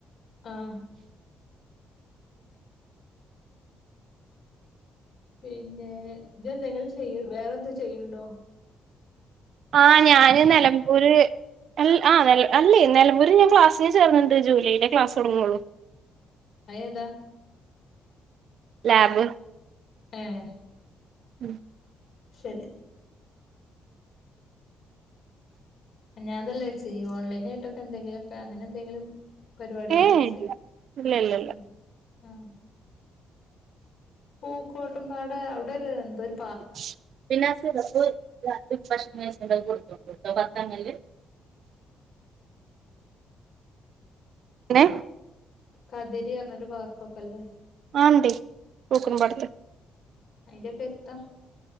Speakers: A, on the left; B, on the right.
A: ആഹ് പിന്നെ ഇജ്ജ് എന്തെങ്കിലും ചെയ്യ് വേറെ എന്തെ ചെയ്ണ്ടോ
B: ആഹ് ഞാന് നില ഒരു ആ അല്ലേ നെലമ്പൂര് ഞാൻ ക്ലാസ്സന് ചേർന്നിണ്ട് ജൂലൈയിലെ ക്ലാസ് തുടങ്ങുള്ളൂ
A: അയ് ഏതാ
B: ലാബ്
A: ആഹ്
B: ഉം
A: ശരി ഞാതല്ല ചെയ് ഓൺലെൻആയിട്ടൊക്കെ എന്തെങ്കിലൊക്കെ അങ്ങനെ എന്തെങ്കിലും പരിപാടി ഉണ്ട്
B: ഏഹ്
A: വെച്ച്
B: ഇല്ല ഇല്ല ഇല്ല
A: ഉം
B: ഇല്ല
A: ആഹ് പൂക്കോട്ട്പാടെ അവിടെരു അവിടെ എന്തോരു
B: <unintelligible> ഏ
A: കതിര് പറഞ്ഞ ഒരു വാക്ക്ക്കെല്ലേ
B: ആൻടി പൂക്കുപാടത്ത്
A: അയിന്റെ ഒക്കെ എരുത്താ